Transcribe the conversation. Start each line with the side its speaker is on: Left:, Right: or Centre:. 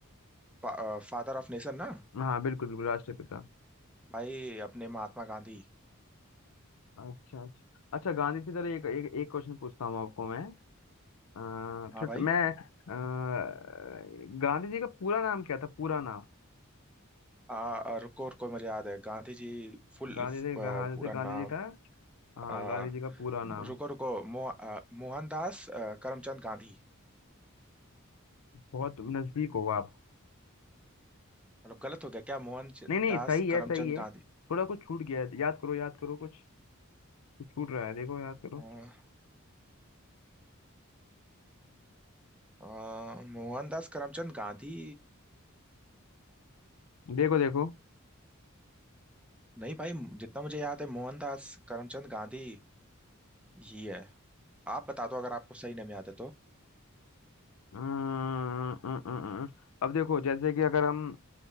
Centre: फा, फादर ऑफ नेशन ना
Left: हाँ बिल्कुल बिल्कुल राष्ट्रपिता
Centre: भाई अपने महात्मा गांधी
Left: अच्छा अच्छा अच्छा गांधी से चलो एक एक, एक क्वेश्चन पूछता हूँ आपको मैं अ,
Centre: हाँ
Left: छोट-
Centre: भाई
Left: मैं अ, गांधी जी का पूरा नाम क्या था पूरा नाम
Centre: आ, आ, रुको रुको मुझे याद है गांधी जी फुल
Left: गांधी
Centre: फ-
Left: जी हाँ जैसे
Centre: पूरा
Left: गांधी
Centre: नाम
Left: जी था हाँ
Centre: आ,
Left: गांधी जी का पूरा नाम
Centre: रुको रुको मो, आ, मोहनदास आ, करमचंद गांधी
Left: बहुत नजदीक हो आप
Centre: मतलब गलत हो गया क्या मोहनदास
Left: नहीं नहीं सही है
Centre: करमचंद
Left: सही है
Centre: गांधी
Left: थोड़ा कुछ छूट गया है याद करो याद करो कुछ कुछ छूट रहा है देखो याद करो
Centre: आ, आ, मोहनदास करमचंद गांधी
Left: देखो देखो
Centre: नहीं भाई जितना मुझे याद है मोहनदास करमचंद गांधी ही है आप बता दो अगर आपको सही नहीं याद है तो
Left: अं, अं, अं, अं। अं। अब देखो जैसे कि अगर हम